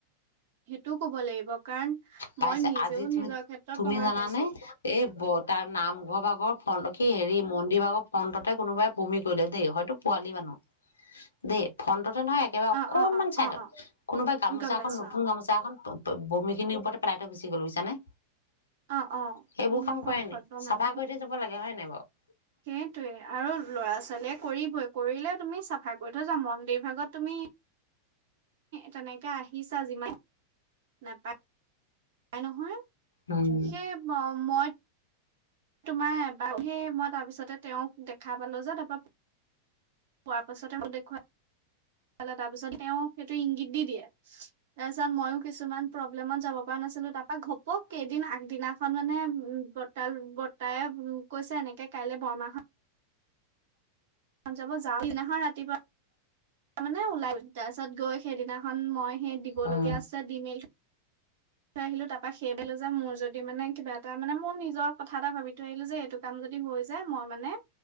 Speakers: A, on the right (about 55°); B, on the left (about 75°).
A: সেইটোও কব লাগিব। কাৰণ
B: পাইছে
A: মই নিজেও
B: আজি তুমি
A: নিজৰ ক্ষেত্ৰত
B: তুমি
A: প্ৰমণ
B: জানানে
A: পাইছোঁ।
B: এই ব তাৰ নামঘৰ ভাগৰ ফোন <unintelligible> কি হেৰি, মন্দিৰ ভাগৰ ফণ্টত কোনোবাই বমি কৰিলে দেই, হয়তো পোৱালী মানুহ দেই, ফণ্টত নহয়, ওএকেবাৰে অকনমান
A: অ অ অ
B: চাইদত
A: অ অ
B: কোনোবা গামোচাখন
A: গম পাইছো
B: নতুন গামোচা এখন <unintelligible> বমি খিনিৰ ওপৰতে পেলাই থৈ গুচি গ'ল বুজিছাঁ নে?
A: অ অ অ
B: সেইবোৰ
A: এনেকুৱা
B: কাম কৰে
A: অসভ্য
B: নেকি?
A: মানুহ
B: চাফা কৰি থৈ যাব লাগে হয়নে বাৰু?
A: সেইটোৱে আৰু ল'ৰা ছোৱালীয়ে কৰিবই কৰিলে তুমি চাফাই কৰি থৈ যোৱা মন্দিৰ ভাগত তুমি তেনেকে আহিছা যিমান <unintelligible> তাই নহয়।
B: উম
A: সেই ম মই তোমাৰ এবাৰ সেই মই তাৰ পিছতে তেওঁক দেখা পালোঁ যে তাৰ পা পোৱাৰ পাছতে মোক দেখুৱা <unintelligible> তাৰ পিছত তেওঁ সেইটো ইংগিত দি দিয়ে। তাৰ পিছত ময়ো কিছুমান প্ৰব্লেমত যাব পৰা নাছিলোঁ, তাৰ পা ঘপকে এদিন আগদিনাখন মানে বৰ্ত্তা বৰ্ত্তায়ে কৈছে এনেকে কাইলে বৰমাহঁত যাব <unintelligible> খন ৰাতিপুৱা তাৰ মানে ওলাই তাৰ পিছত গৈ। সেইদিনা। খন মই সেই দিবলগীয়া
B: উম
A: আছে দি মেলি থৈ। থৈ আহিলো তাৰপা সেইবেলা যাম মোৰ যদি মানে কিবা এটা মানে মোৰ নিজৰ কথা এটা ভাবি থৈ আহিলো যে এইটো কাম যদি হৈ যায় মই মানে